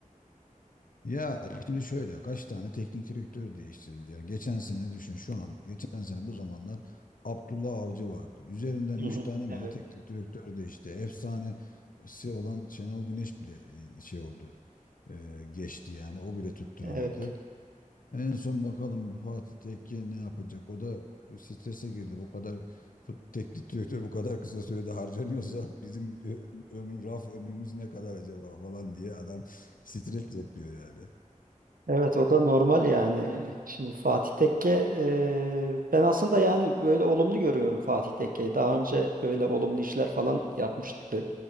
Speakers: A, on the left; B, on the right.
A: Ya şimdi şöyle kaç tane teknik direktör değiştirildi ya. Geçen sene düşün şu an geçen sene bu zamanlar Abdullah Avcı vardı. Üzerinden
B: Hı
A: 3
B: hı.
A: tane mi
B: Evet.
A: ne teknik direktör değişti. Efsanesi olan Şenol Güneş bile e, şey oldu. E, geçti yani o bile tutturamadı.
B: Evet.
A: En son bakalım bu Fatih Tekke ne yapacak? O da strese girdi. Bu kadar fut- teknik direktör bu kadar kısa sürede harcanıyorsa bizim ö- ömür, raf ömrümüz ne kadar acaba falan diye adam stres yapıyor yani.
B: Evet o da normal yani. Şimdi Fatih Tekke eee, ben aslında yani böyle olumlu görüyorum Fatih Tekke'yi. Daha önce böyle olumlu işler falan yapmıştı.